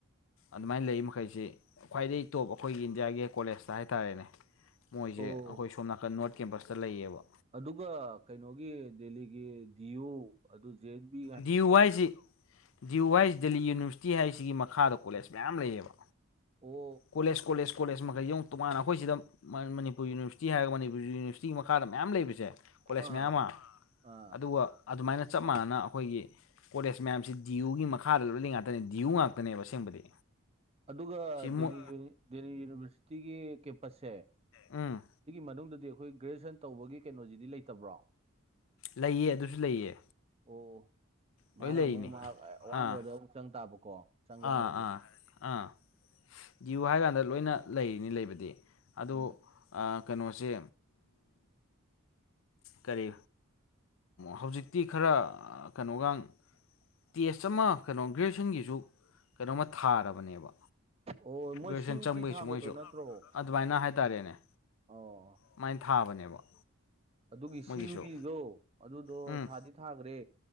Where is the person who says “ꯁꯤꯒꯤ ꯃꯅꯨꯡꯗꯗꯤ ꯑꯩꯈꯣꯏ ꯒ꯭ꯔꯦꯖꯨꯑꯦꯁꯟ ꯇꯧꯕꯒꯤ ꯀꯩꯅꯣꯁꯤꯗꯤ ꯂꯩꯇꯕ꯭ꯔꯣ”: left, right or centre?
Right